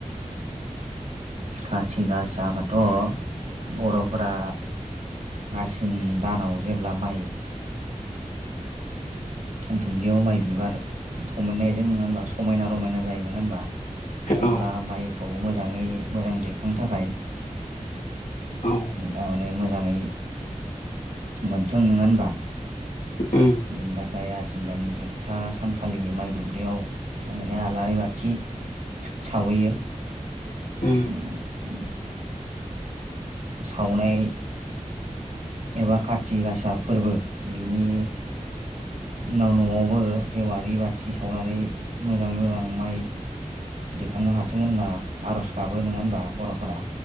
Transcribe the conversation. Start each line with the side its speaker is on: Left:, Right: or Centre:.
Right: खाथि गासाखोथ' बर'फोरा आसिन दानाव जेब्ला माइ दुब्लियाव माइ बिबार थमायनायजों नोङा होनबा समायना रमायना जायो नोङा होनबा अब्ला
Left: औ
Right: माइखौ मोजाङै मोजां दैखां थाखाय
Left: औ
Right: दामाने मोजाङै मोनथों नोङा होनबा
Left: उम
Right: <unintelligible> खाय आसिन दाननि जोबथा सानखालि माइ दुब्लियाव तामाने आलारि बाथि सावहैयो
Left: उम
Right: उम उम सावनाय एबा काति गासा फोरबो बिनि उनाव न'आवबो जेवआरि बाथि सावनानै मोजाङै मोजां माइ दैखांनो हाथों होनना आर'ज गाबो नङा होनबा बर'फोरा।